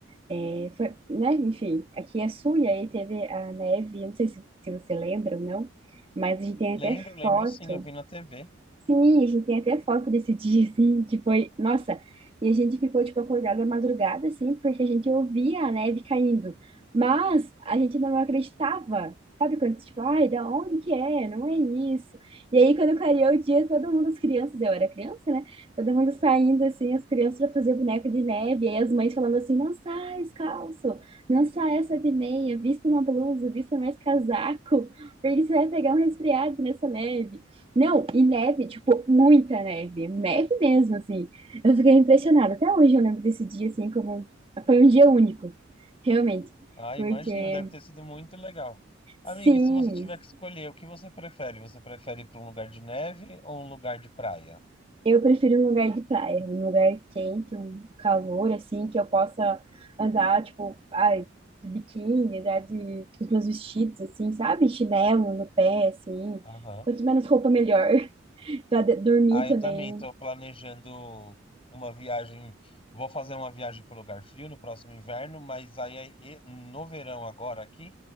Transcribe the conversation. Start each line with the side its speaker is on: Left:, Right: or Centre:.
Right: É, foi, né? Enfim, aqui é sul e aí teve a neve, eu não sei se, se você lembra ou não, mas a gente tem
Left: lembro,
Right: até
Left: lembro
Right: foto
Left: sim, eu vi na TV.
Right: Sim, a gente tem até foto desse <laughs> dia, assim, que foi, nossa, e a gente ficou, tipo, acordado à madrugada, assim, porque a gente ouvia a neve caindo, mas a gente não acreditava, sabe, quando, tipo, ai, da onde que é? Não é isso. E aí, quando clareou o dia, todo mundo, as crianças, eu era criança, né, todo mundo saindo, assim, as crianças pra fazer boneco de neve, e aí as mães falando assim, não sai descalço, não sai essa de meia, vista uma blusa, vista mais casaco, <laughs> porque você vai pegar um resfriado nessa neve. Não, e neve, tipo, muita neve, neve mesmo, assim. Eu fiquei impressionada. Até hoje eu lembro desse dia, assim, como foi um dia único, realmente.
Left: Ah,
Right: Porque,
Left: imagino, deve ter sido muito legal. Amiga,
Right: sim,
Left: e se você tiver que escolher, o que você prefere? Você prefere ir para um lugar de neve ou um lugar de praia?
Right: eu prefiro um lugar de praia, um lugar quente, um calor, assim, que eu possa andar, tipo, ai, de biquíni, andar de, com os meus vestidos, assim, sabe? Chinelo no pé, assim.
Left: Aham.
Right: Quanto menos roupa, melhor. <laughs> Pra de- dormir
Left: Ah,
Right: também,
Left: eu também estou planejando uma viagem. Vou fazer uma viagem para lugar frio no próximo inverno, mas aí aí, e- no verão agora aqui,